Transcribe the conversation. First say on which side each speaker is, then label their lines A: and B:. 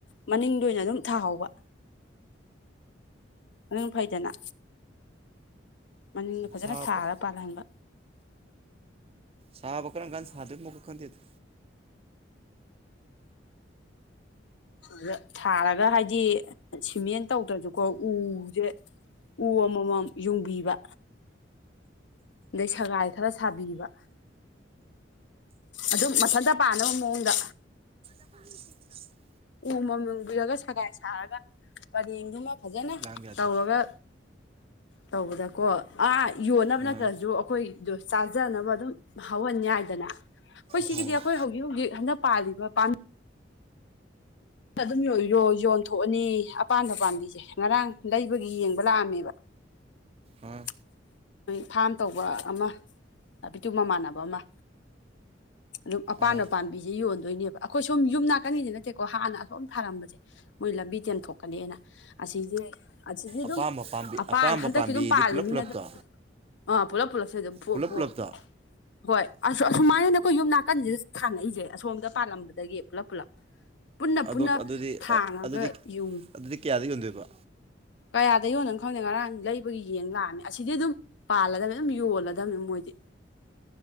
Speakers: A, on the left; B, on the right.
A: ꯃꯅꯤꯡꯗ ꯑꯣꯏꯅ ꯑꯗꯨꯝ ꯊꯥꯍꯧꯕ꯫ ꯑꯗꯨ ꯐꯩꯗꯅ ꯃꯅꯤꯡꯗ ꯐꯖꯅ
B: ꯁꯥꯕ
A: ꯊꯥꯔꯒ ꯄꯔꯒ
B: ꯁꯥꯕ ꯀꯔꯝ ꯀꯥꯟꯗ ꯁꯥꯗꯣꯏꯃꯨꯛꯀ ꯈꯪꯗꯦꯗꯣ
A: ꯑꯗ ꯊꯥꯔꯒ ꯍꯥꯏꯗꯤ ꯁꯤꯃꯦꯟ ꯇꯧꯗ꯭ꯔꯁꯨꯀꯣ ꯎꯁꯦ ꯎ ꯑꯃꯃꯝ ꯌꯨꯡꯕꯤꯕ ꯑꯗꯩ ꯁꯒꯥꯏ ꯈꯔ ꯁꯥꯕꯤꯕ ꯑꯗꯨꯝ ꯃꯊꯟꯇ ꯄꯥꯅꯕ ꯃꯑꯣꯡꯗ
B: ꯎꯝ
A: ꯎ ꯑꯃ ꯃꯝ ꯌꯨꯡꯕꯤꯔꯒ ꯁꯒꯥꯏ ꯁꯥꯔꯒ ꯄꯔꯦꯡꯗꯨꯃ ꯐꯖꯅ
B: ꯂꯥꯡꯕ ꯌꯥꯗꯦ
A: ꯇꯧꯔꯒ꯫ ꯇꯧꯕꯗꯀꯣ ꯑꯥ ꯌꯣꯟꯅꯕ
B: ꯑꯥ
A: ꯅꯠꯇ꯭ꯔꯁꯨ ꯑꯩꯈꯣꯏ꯫ ꯑꯗꯨ ꯆꯥꯖꯅꯕ ꯑꯗꯨꯝ ꯍꯧꯍꯟꯌꯥꯏꯗꯅ꯫ ꯑꯩꯈꯣꯏ ꯁꯤꯒꯤꯗꯤ
B: ꯍꯣꯏ ꯍꯣꯏ
A: ꯑꯩꯈꯣꯏ ꯍꯧꯖꯤꯛ ꯍꯧꯖꯤꯛ ꯍꯟꯗꯛ ꯄꯥꯜꯂꯤꯕ ꯄꯥꯝ ꯑꯗꯨꯝ ꯌꯣꯟ ꯌꯣꯟꯊꯣꯛꯑꯅꯤ ꯑꯄꯥꯟꯕ ꯄꯥꯝꯕꯤꯁꯦ ꯉꯔꯥꯡ ꯂꯩꯕꯒꯤ ꯌꯦꯡꯕ ꯂꯥꯛꯑꯝꯃꯦꯕ꯫ <unintelligible>
B: ꯑꯥ
A: ꯅꯣꯏ ꯐꯥꯝ ꯇꯧꯕ ꯑꯃ ꯕꯤꯇꯨ ꯃꯃꯥꯟꯅꯕ ꯑꯃ꯫ ꯑꯗꯨꯝ ꯑꯄꯥ
B: ꯑꯥ
A: ꯄꯥꯝꯕꯤꯁꯦ ꯌꯣꯟꯗꯣꯏꯅꯦꯕ ꯑꯩꯈꯣꯏ ꯁꯨꯝ ꯌꯨꯝ ꯅꯥꯀꯟꯒꯤꯁꯦ ꯅꯠꯇꯦꯀꯣ ꯍꯥꯟꯅ꯫ ꯁꯣꯝ ꯊꯥꯔꯝꯕꯁꯦ ꯃꯣꯏ ꯂꯝꯕꯤ ꯇꯦꯟꯊꯣꯛꯀꯅꯦꯅ ꯑꯁꯤꯁꯦ꯫ ꯑꯁꯤꯖꯦ ꯑꯗꯨꯝ
B: ꯑꯄꯥꯝꯕ ꯄꯥꯝꯕꯤ
A: ꯑꯄꯥꯟ
B: ꯑꯄꯥꯝꯕ
A: ꯍꯟꯗꯛꯁꯨ
B: ꯄꯥꯝꯕꯤꯗꯤ
A: ꯑꯗꯨꯝ ꯄꯥꯜꯂꯤ
B: ꯄꯨꯂꯞ
A: ꯃꯤꯅ
B: ꯄꯨꯂꯞꯇꯣ
A: ꯑꯗꯨꯝ꯫ ꯑ ꯄꯨꯂꯞ ꯄꯨꯂꯞ ꯁꯨꯋꯥꯏꯗ ꯑꯗꯨꯝ ꯐꯨꯛꯑ
B: ꯄꯨꯂꯞ
A: ꯐꯨꯛꯑꯒ꯫
B: ꯄꯨꯂꯞꯇꯣ
A: ꯍꯣꯏ ꯑꯁ ꯑꯁꯨꯃꯥꯏꯅꯅꯦ ꯑꯩꯈꯣꯏ ꯌꯨꯝ ꯅꯥꯀꯟꯁꯤꯗ ꯊꯥꯡꯉꯛꯏꯁꯦ ꯑꯁꯣꯝꯗ ꯄꯥꯜꯂꯝꯕꯗꯒꯤ ꯄꯨꯂꯞ ꯄꯨꯂꯞ꯫ ꯄꯨꯟꯅ
B: ꯑꯣ
A: ꯄꯨꯟꯅ
B: ꯑꯗꯨꯗꯤ
A: ꯊꯥꯡꯉꯒ
B: ꯑꯗꯨꯗꯤ
A: ꯌꯨꯡꯉꯤ
B: ꯑꯗꯨꯗꯤ ꯀꯌꯥꯗ ꯌꯣꯟꯗꯣꯏꯕ꫰꫰
A: ꯀꯌꯥꯗ ꯌꯣꯟꯅꯕꯅꯣ ꯈꯪꯗꯦ ꯉꯔꯥꯡ ꯂꯩꯕꯒꯤ ꯌꯦꯡ ꯂꯥꯛꯑꯝꯅꯤ ꯑꯁꯤꯗꯤ ꯑꯗꯨꯝ꯫ ꯄꯥꯜꯂꯒꯅ ꯑꯗꯨꯝ ꯌꯣꯜꯂꯗꯝꯅꯤ ꯃꯣꯏꯗꯤ꯫